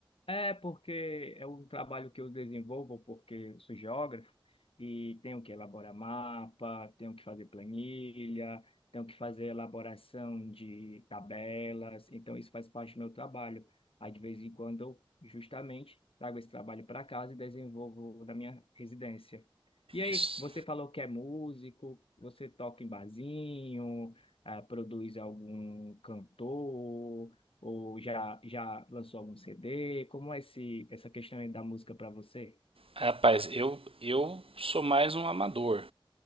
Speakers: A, on the left (about 85°); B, on the right (about 85°).
A: É porque é um trabalho que eu desenvolvo porque eu sou geógrafo e tenho que elaborar mapa, tenho que fazer planilha, tenho que fazer elaboração de tabelas, então isso faz parte do meu trabalho. Aí de vez em quando eu justamente trago esse trabalho para casa e desenvolvo da minha residência. E aí,
B: Isso.
A: você falou que é músico, você toca em barzinho, ah, produz algum cantor? Ou já, já lançou algum CD? Como é esse, essa questão aí da música para você?
B: Rapaz, eu, eu sou mais um amador.